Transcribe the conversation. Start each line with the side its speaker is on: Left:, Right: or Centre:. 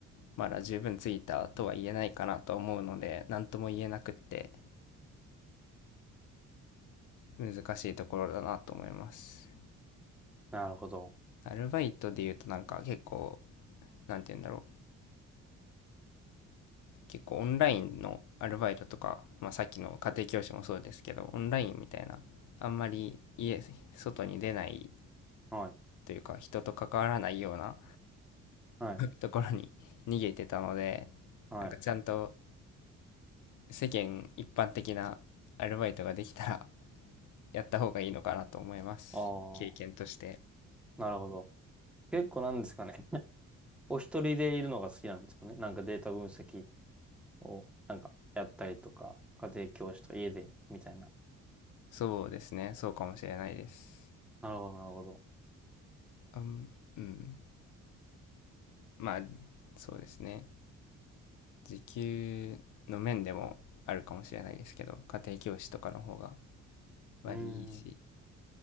Left: まだ十分ついたとは言えないかなと思うので、何とも言えなくって難しいところだなと思います。
Centre: なるほど。
Left: アルバイトで言うとなんか結構、なんて言うんだろう、結構オンラインのアルバイトとか、まあ、さっきの家庭教師もそうですけどオンラインみたいなあんまり家外に出ない
Centre: はい、
Left: というか人と関わらないような
Centre: はい、
Left: ところに逃げてたので
Centre: はい。
Left: なんかちゃんと世間一般的なアルバイトができたらやった方がいいのかなと思います経験として
Centre: ああ。なるほど。結構なんですかね。お一人でいるのが好きなんですかね。なんかデータ分析を、なんかやったりとか、家庭教師とか家で、みたいな。
Left: そうですねそうかもしれないです
Centre: なるほど、なるほど。
Left: うん、うん、まあそうですね時給の面でもあるかもしれないですけど、家庭教師とかの方が割りいいし、
Centre: うーん。